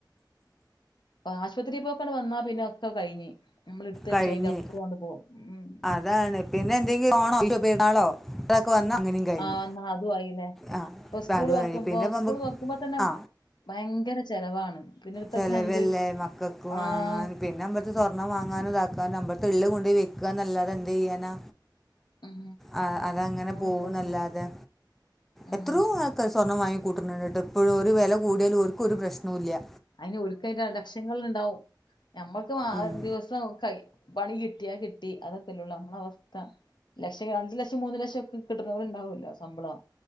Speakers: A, on the left; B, in the centre.
A: അപ്പ ആശുപത്രി പോക്കാണ്ട് വന്നാ പിന്നെ ഒക്കെ കഴിഞ് നമ്മൾ എടുത്ത വെച്ചോ
B: കഴിഞ്ഞ്
A: അയിന്റെ അപ്പുറം പോകും ഉം, ഉം
B: അതാണ് പിന്നെ എന്തെങ്കിലും ഓണോ പെരുന്നാളോക്കെ വന്ന കയ്ഞ്ഞു
A: ആഹ് എന്നാ അതും ആയില്ലേ.
B: ആ
A: ഇപ്പൊ
B: പ്പഅതും
A: സ്കൂൾ തുറക്കുമ്പോ
B: ആയി പിന്നെ മ്മക്ക്
A: സ്കൂൾ തുറക്കുമ്പോ തന്നെ
B: ആ
A: ഭയങ്കര ചെലവാണ്. പിന്നെ ഇടുത്തൊക്കെ
B: ചെലവല്ലേ
A: എന്ത്
B: മക്കക്ക്
A: ആഹ്
B: വാങ്ങാൻ പിന്നെമ്മ ക്ക് സ്വർണ്ണം വാങ്ങാനോ ഇതാക്കാനോ മ്മക്ക്‌ ള്ളെ വെക്കന്നല്ലാതെ എന്തെയ്യാനാ.
A: ഉം
B: ആ അതങ്ങനെ
A: അതാണ്
B: പോകുന്നല്ലാതെ
A: പ്രശ്നം. ഉം
B: എത്രോ ആ ൾക്ക് സ്വർണം വാങ്ങി ക്കൂട്ട്ന്ന്ണ്ട് ട്ടൊ ഇപ്പഴും ഒരു വെല കൂട്യലും ഓൽക് ഒരു പ്രശ് നുല്ല്യാ.
A: അയ്ന് ഓൽക്കയ്ന്റെ ലക്ഷങ്ങൾ ണ്ടാവും ഞമ്മക്ക് ആ
B: ഉം.
A: ദിവസം കയ് പണി കിട്യാ കിട്ടി അതൊക്കെല്ലള്ളൂ നമ്മള അവസ്ഥ ലക്ഷം അഞ്ച്‌ ലെക്ഷം, മൂന്ന് ലക്ഷം ക്കെ ക്ക്ട്ട്ണോല്ണ്ടാവല്ലോ സമ്പളം.